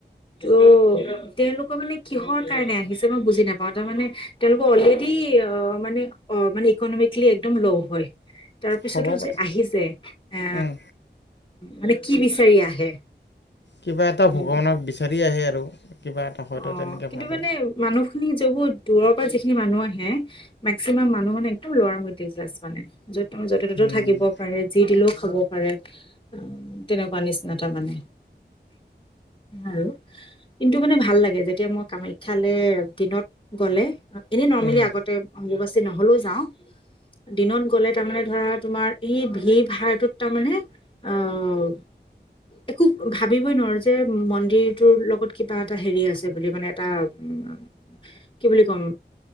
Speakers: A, on the left; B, on the left.
A: ত' তেওঁলোকৰ মানে কিহৰ কাৰণে আহিছে মই বুজি নাপাওঁ তাৰমানে তেওঁলোকৰ অলৰেডি অ' মানে অ' মানে ইকনমিকেলি একদম লো হয় তাৰপিছতো
B: হ'ব
A: যে
B: পাৰে
A: আহিছে, এ
B: উম
A: মানে কি বিচাৰি আহে।
B: কিবা এটা
A: উম
B: ভগৱানক বিচাৰি আহে আৰু। কিবা এটা হয়তো
A: অ'
B: তেনেকৈ
A: কিন্তু
B: ভাবে
A: মানে মানুহখিনি <unintelligible> দূৰৰ পৰা যিখিনি মানুহ আহে। মেক্সিমাম মানুহ মানে একদম লোৱাৰ <unintelligible> মানে। য' ত য'তে ত'তো
B: উম
A: থাকিব পাৰে যি দিলেও খাব। <unintelligible> তেনেকুৱা নিচিনা তাৰ মানে, আৰু কিন্তু মানে ভা ভাল লাগে যেতিয়া মই কামাখ্যালৈ দিনত গ'লে। এনেই নৰ্মেলি
B: উম
A: আগতে অম্বুবাচী নহলেওঁ যাওঁ। দিনত গ'লে তাৰমানে ধৰা তোমাৰ এই ভিৰ ভাৰটোত তাৰমানে অ' একো ভাবিবই নোৱাৰো যে মন্দিৰটোৰ লগত কিবা এটা হেৰি আছে বুলি মানে এটা উম' কি বুলি ক'ম,